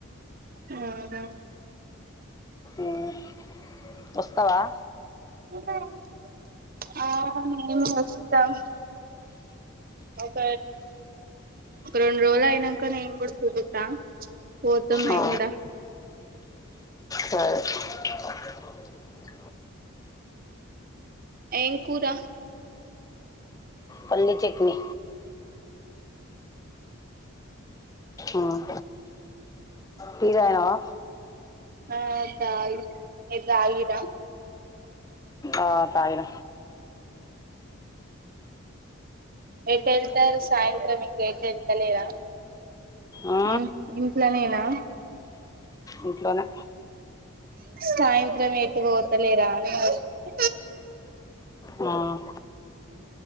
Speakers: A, on the right; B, on the left.
A: ఉంహు
B: ఉమ్ వస్తవా
A: ఉ <inaudible> అవును నేను వస్తం ఒక రెండు రోలా అయినాకనే ఏం కూడా చూగుతా పోతం
B: ఆ
A: ఏం కూడా
B: సరే
A: హ <inaudible>
B: <inaudible>
A: ఏం కూూరా
B: పల్లి చట్నీ ఉమ్ టీ తాగినవా
A: ఆఆహ్ చాయ్ నేను తాగిన
B: అహ్ తాగిన
A: అ <inaudible> ఎటు వెళ్తారు సాయంత్రం ఇంకా ఎటు వెళ్తలేరా
B: ఆ
A: ఉమ్హ్ ఇంట్లోనేనా
B: ఇంట్లోనే
A: సాయంత్రం ఐతే పోతలేరాా అని అడిగింది
B: ఉమ్